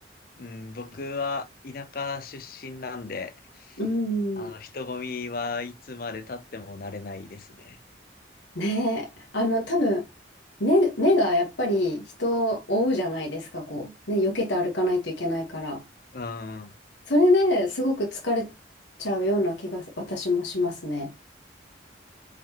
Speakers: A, on the left; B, on the left.
A: うん、僕は田舎出身なんで、
B: うん。
A: あの、人混みはいつまで経っても慣れないですね。
B: ねえ、あの、多分、目、目がやっぱり人を追うじゃないですか、こう。ね、避けて歩かないといけないから。
A: うん、
B: それですごく疲れちゃうような気が私もしますね。